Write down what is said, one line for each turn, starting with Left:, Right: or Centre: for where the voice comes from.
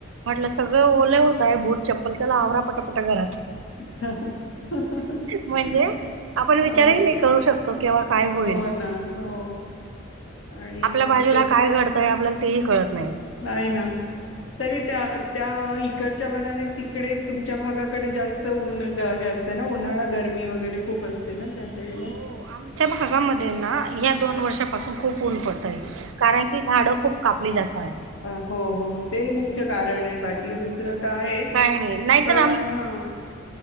Right: म्हटलं सगळं ओले होताय बूट चप्पल चला आवरा पटपट घरात.
Left: <inaudible>
Right: म्हणजे आपण विचारही
Left: हा
Right: नाही करू शकतो. केव्हा काय होईल?
Left: हो ना हो आणि
Right: आपल्या बाजूला
Left: ते
Right: काय घडतंय? आपल्याला तेही कळत नाही.
Left: नाही ना. तरी त्या, त्या इकडच्या मानाने तिकडे तुमच्या भागाकडे जास्त- न हे असत ना? उन्हाळा गरमी वगैरे खूप असते ना त्या साईड ला?
Right: हो आमच्या भागामध्ये ना? ह्या दोन वर्षापासून खूप ऊन पडतय. कारण की झाडं खूप कापली जाताहेत.
Left: अ हो हो. ते मुख्य कारण आहे. बाकी दुसरं
Right: हो
Left: तर आहेच.
Right: काही नाही नाहीतर
Left: पण हं.